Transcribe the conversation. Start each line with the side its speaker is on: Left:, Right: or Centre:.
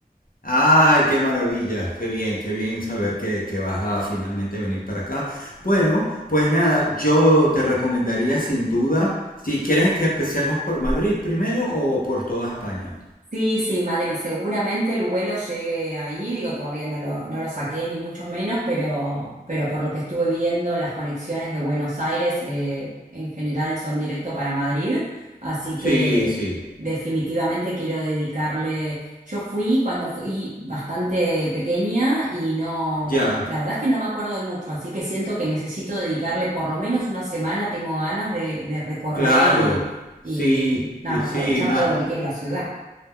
Left: ¡Ay, qué maravilla! ¡Qué bien, qué bien saber que, que vas a finalmente venir para acá! Bueno, pues nada, yo te recomendaría sin duda, si quieres que empecemos por Madrid primero o por toda España.
Right: Sí, sí, Madrid. Seguramente el vuelo llegue ahí. Digo, todavía no lo, no lo saqué, ni mucho menos, pero, pero por lo que estuve viendo, las conexiones de Buenos Aires eh, en general son directo para Madrid. Así
Left: Sí,
Right: que
Left: sí,
Right: definitivamente quiero dedicarle. Yo fui cuando fui bastante pequeña y no,
Left: ya,
Right: la verdad es que no me acuerdo de mucho, así que siento que necesito dedicarle por lo menos una semana. Tengo ganas de, de recorrer
Left: claro,
Right: y, y
Left: sí,
Right: nada,
Left: sí, sí,
Right: aprovechar
Left: más.
Right: todo lo que tiene la ciudad.